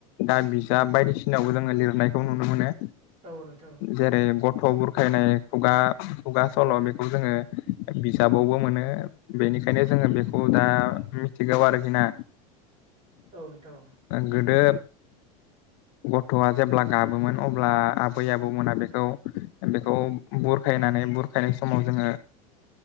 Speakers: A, on the left (about 60°); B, on the right (about 35°).
A: दा बिजाब बायदिसिनायावबो जोङो लिरनायखौ नुनो मोनो।
B: औ नोंथां
A: जेरै गथ' बुरखायनाय खुगा खुगा सल' बेखौ जोङो बिजाबावबो मोनो बेनिखायनो जोङो बेखौ दा मिथि थिगाव आरोखि ना
B: औ नोंथां
A: गोदो गथ'आ जेब्ला गाबोमोन अब्ला बै आबौ मोना बेखौ बेखौ बुरखायनानै बुरखायनाय समाव जोङो